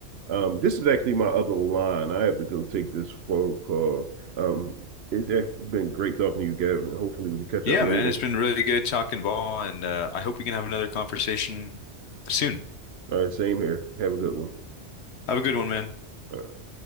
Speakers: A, on the right (about 65°); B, on the left (about 70°).
A: Um, this is actually my other line. I have to go take this phone call. Um, it's actually been great talking to you, Gavin. Hopefully we can catch
B: Yeah,
A: up later.
B: man, it's been really good talking ball, and uh, I hope we can have another conversation soon.
A: All right, same here. Have a good one. All
B: Have a good one, man.
A: right.